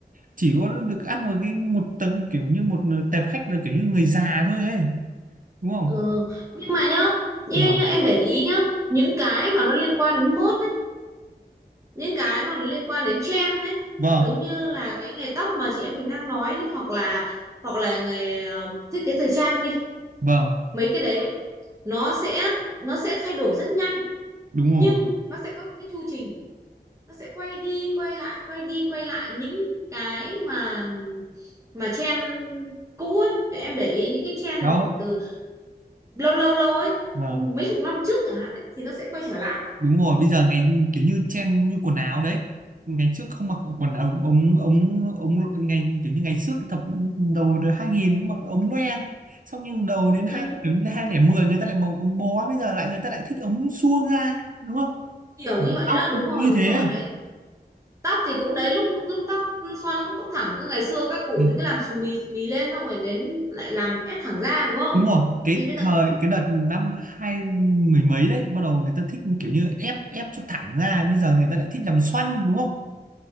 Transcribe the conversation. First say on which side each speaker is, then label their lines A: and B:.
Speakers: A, on the right (about 50°); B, on the right (about 20°).
A: chỉ có được ăn vào cái một tầng kiểu như một tệp khách là kiểu như người già thôi ấy đúng không
B: Ừ. Nhưng mà nhá, như,
A: vâng
B: như em để ý nhá, những cái mà nó liên quan đến mốt ấy, những cái mà nó liên quan đến trend đấy
A: vâng
B: giống như là cái nghề tóc mà chị em mình đang nói nhưng hoặc là hoặc là nghề ờ, thiết kế thời trang đi,
A: vâng
B: mấy cái đấy ấy, nó sẽ nó sẽ thay đổi rất nhanh
A: đúng
B: nhưng
A: rồi
B: nó sẽ có cái chu trình, nó sẽ quay đi quay lại quay đi quay lại những cái mà mà trend cũ ấy, Thì em để ý những cái trend
A: đó
B: mà khoảng từ lâu lâu lâu ấy
A: vâng
B: ừ, mấy chục năm trước chẳng hạn ấy thì nó sẽ quay trở lại
A: đúng rồi bây giờ ngày kiểu như trend như quần áo đấy ngày trước không mặc quần áo ống ống ống ngày kiểu như ngày trước thập đầu được hai nghìn nó mặc ống loeng xong nhưng đầu đến
B: ừ,
A: hai kiểu như hai lẻ mười người ta lại mặc ống bó bây giờ lại người ta lại thích ống suông ra đúng không
B: kiểu như vậy
A: tóc
B: đó đúng rồi
A: cũng như
B: đúng
A: thế
B: rồi đấy tóc thì cũng đấy lúc lúc tóc xoăn lúc tóc thẳng cứ ngày xưa các cụ
A: ừ.
B: thì cứ làm xù mì xù mì lên xong rồi đến lại làm ép thẳng ra đúng không
A: đúng rồi cái
B: thì bây giờ
A: thời
B: lại-
A: cái đợt năm hai mười mấy đấy bắt đầu người ta thích kiểu như ép ép cho thẳng ra bây giờ người ta lại thích làm xoăn đúng không